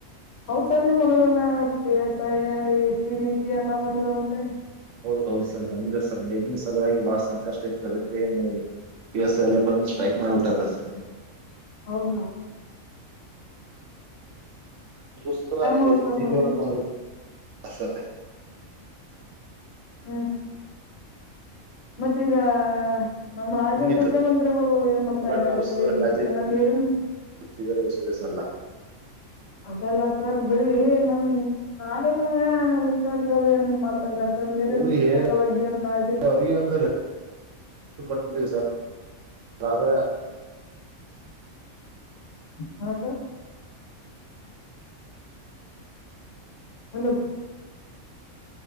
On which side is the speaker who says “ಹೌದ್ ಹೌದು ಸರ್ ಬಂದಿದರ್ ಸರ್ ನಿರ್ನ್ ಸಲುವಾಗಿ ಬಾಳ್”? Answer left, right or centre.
Right